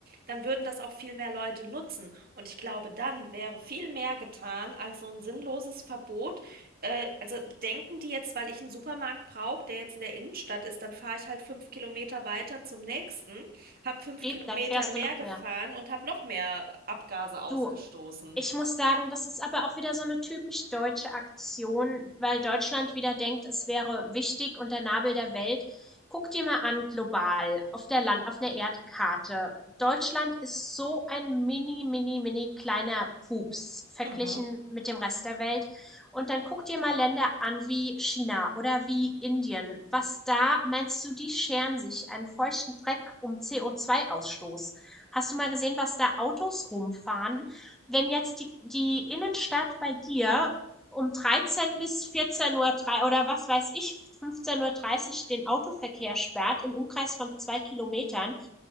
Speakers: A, on the right; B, in the centre.
A: dann würden das auch viel mehr Leute nutzen. Und ich glaube, dann wäre viel mehr getan als so ein sinnloses Verbot. Äh, also denken die jetzt, weil ich einen Supermarkt brauche, der jetzt in der Innenstadt ist, dann fahre ich halt fünf Kilometer weiter zum nächsten, habe fünf
B: Eben,
A: Kilometer
B: dann fährst
A: mehr
B: du noch
A: gefahren
B: mehr.
A: und habe noch mehr Abgase ausgestoßen.
B: Du Ich muss sagen, das ist aber auch wieder so eine typisch deutsche Aktion, weil Deutschland wieder denkt, es wäre wichtig und der Nabel der Welt. Guck dir mal an global auf der Land auf 'ner Erdkarte. Deutschland ist so ein mini, mini, mini kleiner Pups verglichen
A: Mhm.
B: mit dem Rest der Welt. Und dann guck dir mal Länder an wie China oder wie Indien. Was da meinst du, die scheren sich einen feuchten Dreck um CO2-Ausstoß? Hast du mal gesehen, was da Autos rumfahren? wenn jetzt die, die Innenstadt bei dir um 13 bis 14 Uhr drei- oder was weiß ich, fünfzehn Uhr dreißig den Autoverkehr sperrt im Umkreis von zwei Kilometern,